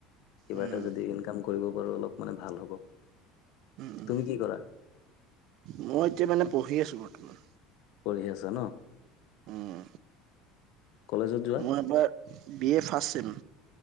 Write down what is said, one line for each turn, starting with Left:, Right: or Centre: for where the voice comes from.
Left: কিবা
Right: উম।
Left: এটা যদি ইনকাম কৰিব পাৰো অলপ মানে ভাল হ'ব।
Right: উম, উম,
Left: তুমি কি কৰা?
Right: মই এতিয়া মানে পঢ়ি আছোঁ বৰ্তমান।
Left: পঢ়ি আচা ন।
Right: উম,
Left: কলেজত যোৱা
Right: মই এবাৰ B A first sem.